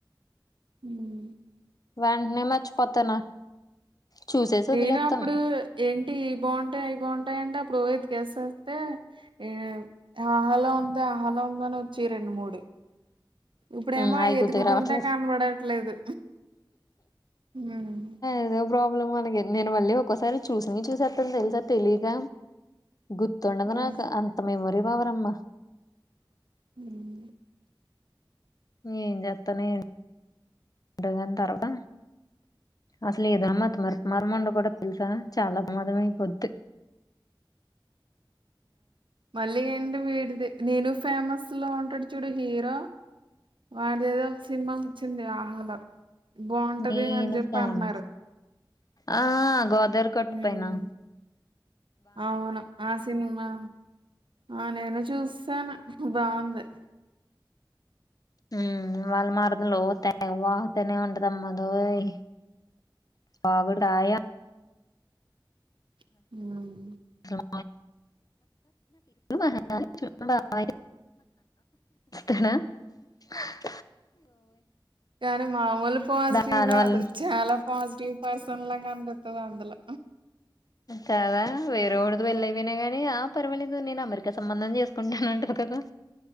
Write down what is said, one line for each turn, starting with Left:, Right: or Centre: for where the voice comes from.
Right: మ్
Left: వెంటనే మర్చిపోతాను చూసేసి
Right: నేను
Left: వదిలేస్తాను
Right: అప్పుడు ఏంటి ఇవి బాగుంటాయి అవి బాగుంటాయి అంటే అప్పుడు ఓ కేేసేస్తే ఈ ఆహలో ఉంది ఆహలో ఉందని వచ్చాయ్ రెండు మూడు ఇప్పుడేమో
Left: ఉమ్, అవి
Right: అయ్యేతుకుతుంటే
Left: గుర్తుకు రావట్లేదు
Right: కనబడట్లేదు హ్మ్
Left: ఏదో ప్రాబ్లం అలగే నేను మళ్ళీ ఒకొసారి చూసినియ్ చూసేత్తన్ తెలుసా తెలియక గుర్తుండదు
Right: ఉమ్
Left: నాకు అంత మెమొరీ పవరమ్మ
Right: మ్
Left: ఏం చేత్తానో ఏంటో గాని తర్వాత అసలేమన్న మతిమరపు మరం ఉండకూడదు తెలుసా చాలా మదంమైపోద్
Right: మళ్ళీ ఏంటి వీడిది నేను ఫేమస్ లో ఉంటాడు చూడు హీరో వాడిదెదో ఒక సినిమా వచ్చింది ఆహలో బాంటది
Left: నేను
Right: అని చెప్పి
Left: ఫేమస్
Right: అన్నారు
Left: ఆ గోదారి గట్టు
Right: ఉమ్
Left: పైనా
Right: అవును ఆ సినిమా ఆ నేను చూస్సాను బాంది
Left: మ్ వాళ్ళ మరదలు తె వాహతానే ఉంటదమ్మ అదోయ్ వాగుడు కాయ
Right: మ్
Left: రు మహ చబ <inaudible> ేనా <inaudible>
Right: కానీ మామూలు పాజిటివ్
Left: దాని
Right: కాదు
Left: వల్ల
Right: చాలా పాజిటివ్ పర్సన్ లా కనిపిత్తాది అందులో
Left: కదా వేరే వాళ్ళతో
Right: ఉమ్.
Left: వెళ్ళైపోయినా గాని ఆ పర్వాలేదు నేను అమెరికా సంబంధం చేసుకుంటానంటది కదా